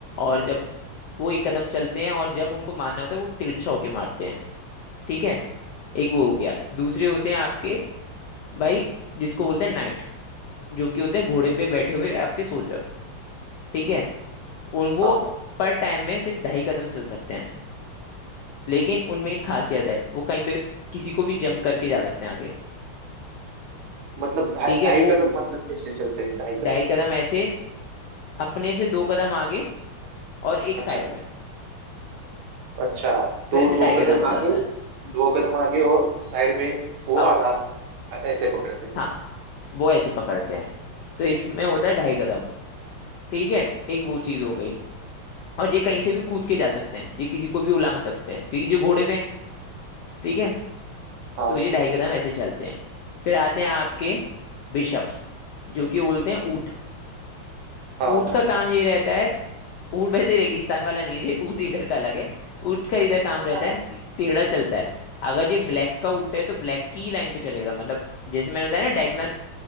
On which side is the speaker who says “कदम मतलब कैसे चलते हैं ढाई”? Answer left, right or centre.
Right